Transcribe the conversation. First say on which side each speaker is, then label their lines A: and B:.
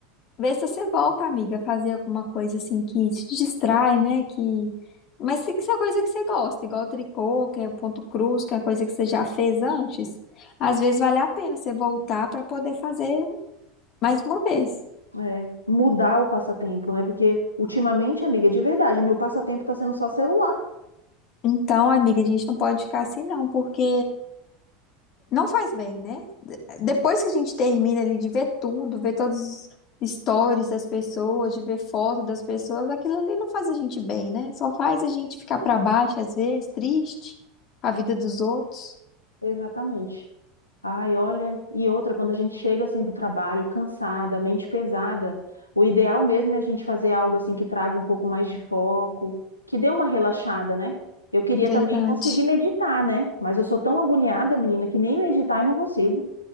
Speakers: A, on the left; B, on the left.
A: Vê se você volta, amiga, a fazer alguma coisa assim que te distrai, né? Que... Mas se se é coisa que você gosta, igual tricô, que é o ponto cruz, que é coisa que você já fez antes, às vezes vale a pena você voltar para poder fazer mais uma vez.
B: É, mudar o passatempo, né? Porque ultimamente, amiga, de verdade, meu passatempo está sendo só celular.
A: Então, amiga, a gente não pode ficar assim, não, porque Não faz bem, né? De- Depois que a gente termina ali de ver tudo, ver todos os stories das pessoas, de ver foto das pessoas, aquilo ali não faz a gente bem, né? Só faz a gente ficar pra baixo às vezes, triste, a vida dos outros.
B: Exatamente. Ai, olha, e outra, quando a gente chega assim do trabalho, cansada, mente pesada, o ideal mesmo é a gente fazer algo assim que traga um pouco mais de foco, que dê uma relaxada, né? Eu queria
A: Verdade.
B: também conseguir meditar, né? Mas eu sou tão agoniada, menina, que nem meditar eu não consigo.